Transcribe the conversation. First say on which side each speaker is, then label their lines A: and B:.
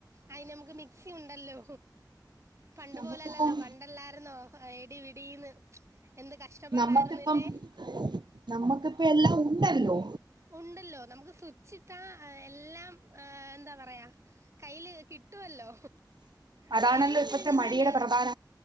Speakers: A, on the right; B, on the right.
A: അതിന് നമുക്ക് മിക്സി ഉണ്ടല്ലോ പണ്ട്
B: നമുക്കിപ്പം
A: പോലല്ലല്ലോ പണ്ടല്ലായിരുന്നോ എടിപിടിന്ന് എന്ത് കഷ് ഷ്ടപാടായിരുന്നല്ലേ
B: നമ്മക്കിപ്പം നമ്മക്കിപ്പ എല്ലാം ഉണ്ടല്ലോ
A: ഉണ്ടല്ലോ നമുക്ക് സുച്ചിട്ടാ എല്ലാം എന്താ പറയാ കയ്യില് കിട്ടുമല്ലോ
B: അതാണല്ലോ
A: തേങ്ങ
B: ഇപ്പത്തെ
A: തിരങ്ങുന്ന
B: മടിയുടെ
A: മി
B: പ്രധാന